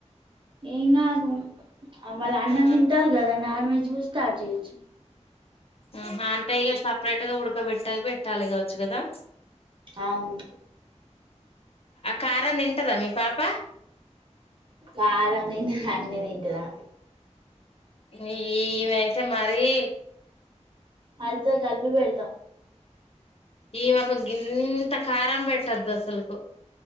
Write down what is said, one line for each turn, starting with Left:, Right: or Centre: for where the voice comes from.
Right: ఏం కాదు వాలు అన్నం
Left: ఆ
Right: తింటాలు కదా నాన్ వెజ్ కూడా స్టార్ట్ చేయొచ్చు
Left: అహ అంటే ఇష్ట సపరేట్ గా ఉడకబెట్టాక పెట్టాలి కావచ్చు కదా
Right: అవును
Left: కారం తింటదా మీ పాప
Right: కారం తింటది అన్నీ తింటది అమి
Left: ఈమెయితే మరి
Right: హల్ చ గల్పి పెడత
Left: ఈమె ఒక గింత కారం పెట్టదు అసలుకు